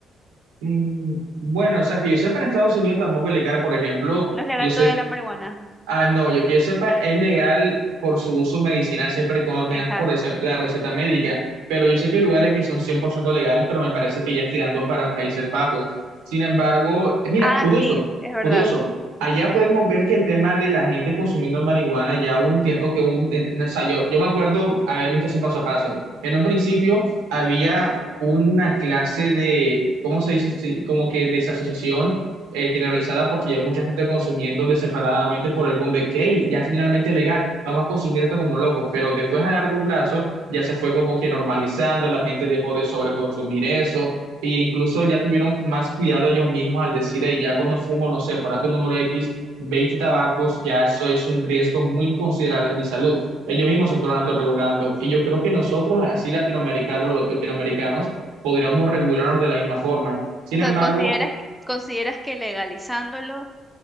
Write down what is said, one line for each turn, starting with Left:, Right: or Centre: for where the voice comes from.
Right: Mm, Bueno, o sea, que yo sepa en Estados Unidos tampoco es legal, por ejemplo,
Centre: No es legal
Right: yo sé
Centre: todo de la marihuana.
Right: Ah, no, yo que yo sepa, es legal por su uso medicinal siempre y cuando tengas
Centre: Exacto.
Right: por eso la receta médica. Pero yo sé que hay lugares que son 100% legales, pero me parece que ya es tirando para Países Bajos. Sin embargo, eh, mira,
Centre: Ah,
Right: curioso,
Centre: sí, es verdad.
Right: curioso. Allá podemos ver que el tema de la gente consumiendo marihuana ya hubo un tiempo que hubo un, eh, o sea, yo, yo me acuerdo haber visto eso paso a paso. En un principio había una clase de, ¿cómo se dice? Sí, Como que desasociación eh, que realizada porque ya mucha gente consumiendo desenfrenadamente por el boom de que "Hey, ya es finalmente legal, vamos a consumir esto como locos, pero después a largo plazo ya se fue como que normalizando, la gente dejó de sobreconsumir eso e incluso ya tuvieron más cuidado ellos mismos al decir, "Hey, ya cuando fumo, no sé, para tu número X, 20 tabacos, ya eso es un riesgo muy considerable en mi salud. Ellos mismos se fueron autorregulando y yo creo que nosotros, así latinoamericanos, los latinoamericanos, podríamos regularnos de la misma forma. Sin
Centre: O sea,
Right: embargo,
Centre: ¿consideras, que- consideras que legalizándolo